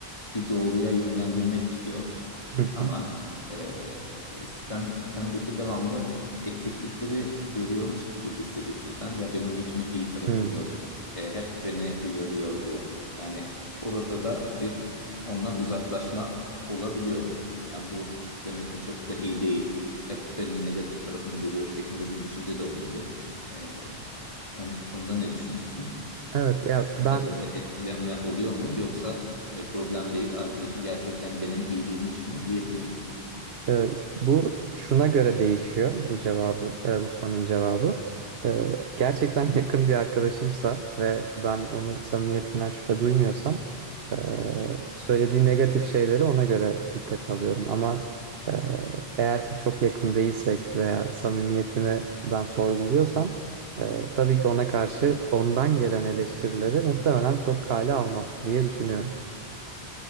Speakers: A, on the left (about 30°); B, on the right (about 75°).
A: bir doğruya yönlendirmek istiyor.
B: Hı hı.
A: Ama eee, sen sendeki devamlı eksiklikleri görüyormuş gibi hissediyorsun sen. Ya benim hiç mi iyi tarafım
B: Hı.
A: yok? E, hep beni uyarıyor bu. Yani orada da bir ondan uzaklaşma olabiliyor. Ya bu demek ki çok da iyi değil. Hep benim negatif tarafımı görüyor şeklinde bir düşünce de olabiliyor. E, onun konuda ne düşünüyorsun?
B: Evet ya
A: Sende
B: ben
A: de öyle etkileme oluyor mu? Yoksa e, problem değil, arkadaşım gerçekten benim iyiliğimi düşünüyor diyebiliyor musun?
B: e, bu şuna göre değişiyor bu cevabı e, bu sorunun cevabı. E, gerçekten <laughs> yakın bir arkadaşımsa ve ben onun samimiyetinden şüphe duymuyorsam e, söylediği negatif şeyleri ona göre dikkate alıyorum. Ama e, eğer ki çok yakın değilsek veya samimiyetimi ben sorguluyorsam e, tabii ki ona karşı ondan gelen eleştirileri muhtemelen çok kale almam diye düşünüyorum.